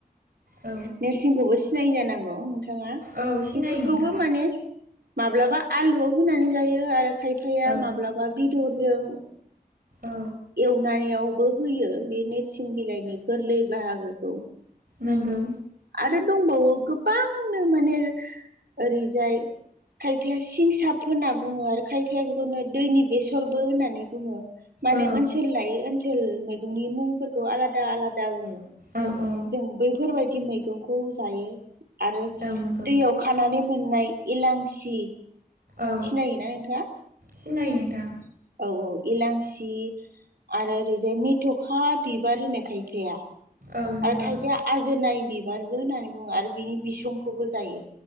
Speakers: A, on the right (about 70°); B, on the right (about 85°).
A: औ
B: नोरसिंखौबो सिनायो जानांगौ नोंथाङा।
A: औ सिनायो
B: बेफोरखौबो
A: नोंथां
B: माने माब्लाबा आलुआव होनानै जायो आरो खायफाया
A: औ
B: माब्लाबा बेदरजों
A: औ
B: एवनायावबो होयो बे नोरसिं बिलाइनि गोरलै बाहागो
A: नोंगौ।
B: आरो दंबावो गोबांनो माने ओरैजाय खायफाया सिंसाब होनना बुङो आरो खायफाया बेखौनो दैनि बेसरबो होननानै बुङो‌। माने
A: औ
B: ओनसोल लायो ओनसोल मैगंनि मुंफोरखौ आलादा आला दा बुङो।
A: औ
B: जों बैफोरबायदि मैगंखौ जायो। आरो
A: औ नंगौ
B: दैयाव खानानै मोननाय इलांसि।
A: औ
B: सिनायोना नोंथाङा?
A: सिनायो नोंथां।
B: औ औ इलांसि आरो ओरैजाय मेथ'खा बिबार होनो खायफाया।
A: औ नंगौ
B: आरो खायफाया आजोनाय बिबारबो होननानै बुङो आरो बिनि बिसंखौबो जायो।